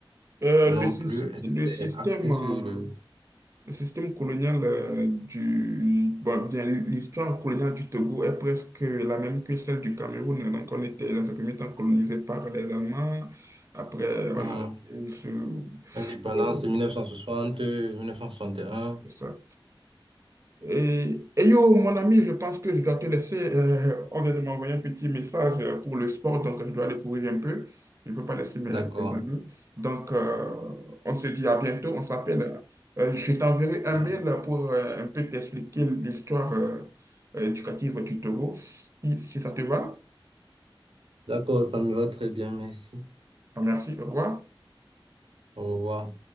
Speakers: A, on the right (about 35°); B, on the right (about 80°).
A: euh,
B: non
A: le, sys-
B: plus, est-ce
A: le
B: que
A: système,
B: c'est axé
A: euh,
B: sur le...
A: le système colonial euh, du... Bon, bien, l'histoire coloniale du Togo est presque la même que celle du Cameroun. Donc, on était dans un premier temps colonisé par les Allemands. Après, on
B: Mhm.
A: a été mis sous...
B: Indépendance
A: euh,
B: de 1960, 1961.
A: ça. Et, et yo, mon ami, je pense que je dois te laisser. euh, on vient de m'envoyer un petit message euh, pour le sport, donc je dois aller courir un peu. Je ne peux pas laisser mes,
B: D'accord.
A: mes amis. Donc, euh, on se dit à bientôt. On s'appelle. Euh, je t'enverrai un
B: D'ac-
A: mail pour euh, un peu t'expliquer l'histoire euh, euh, éducative du Togo. Si, si ça te va.
B: D'accord, ça me va très bien, merci.
A: Ah, Merci. Au revoir.
B: Au revoir.